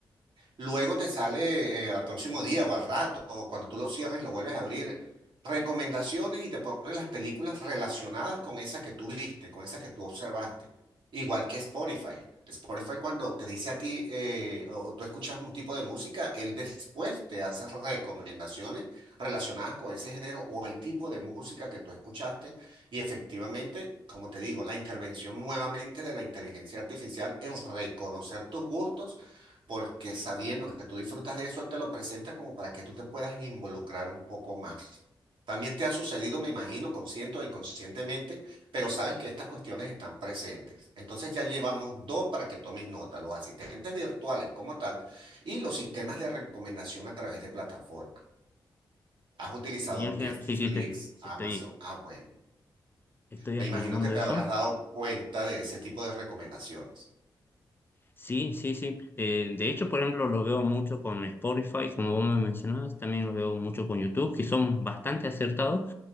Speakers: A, on the right; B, on the left.
A: Luego te sale eh, al próximo día o al rato, o cuando tú lo cierras y lo vuelves a abrir, recomendaciones y te pone las películas relacionadas con esa que tú viste, con esa que tú observaste. Igual que Spotify. Spotify cuando te dice a ti eh, o tú escuchas un tipo de música, él después te hace recomendaciones relacionadas con ese género o el tipo de música que tú escuchaste. Y efectivamente, como te digo, la intervención nuevamente de la inteligencia artificial en reconocer tus gustos porque sabiendo que tú disfrutas de eso, él te lo presenta como para que tú te puedas involucrar un poco más. También te ha sucedido, me imagino, consciente o inconscientemente, pero sabes que estas cuestiones están presentes. Entonces ya llevamos dos para que tomes nota, los asistentes virtuales como tal y los sistemas de recomendación a través de plataformas. ¿Has utilizado
B: genial,
A: Netflix,
B: genial. sí, sí, sí,
A: Amazon?
B: estoy,
A: Ah, bueno.
B: estoy
A: Me
B: apuntando
A: imagino que te
B: eso.
A: habrás dado cuenta de ese tipo de recomendaciones.
B: Sí, sí, sí. Eh, de hecho, por ejemplo, lo veo mucho con Spotify, como vos me mencionabas, también lo veo mucho con YouTube, que son bastante acertados